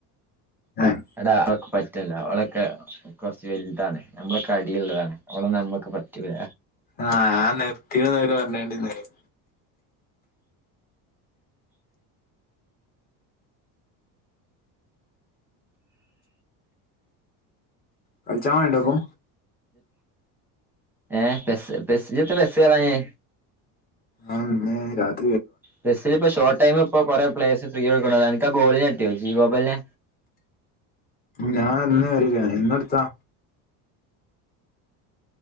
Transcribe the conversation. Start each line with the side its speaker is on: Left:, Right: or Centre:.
Left: ആഹ്
Centre: എടാ അവൊക്ക്െ പറ്റില്ല അവളൊക്കെ കുറച്ച് വലുതാണ് നമ്മള ക അടിിയള്ളതാണ് അവവിടെ നമ്മക്ക് പറ്റൂല
Left: ആഹ ഞൻ നിർത്തി നേര പറഞ്ഞണ്ടിന്നേരം കഴിച്ചാ വേണണ്ടോപ്പ
Centre: ഏ പെ ബസ് കയറഞെ
Left: ആഹ രാത്
Centre: ബസലിപ്പം ഷോർട്ട് ടൈമ ഇപ്പൊ കൊറെ പ്ലേസ് ഫ്രീടുക്ക എനക്ക്ാ ഗോളിന്ട്ടിയോ ജി ഗോബലിനെ
Left: ഞാൻന്ന വരില്ല ഇന്ന എടുത്താ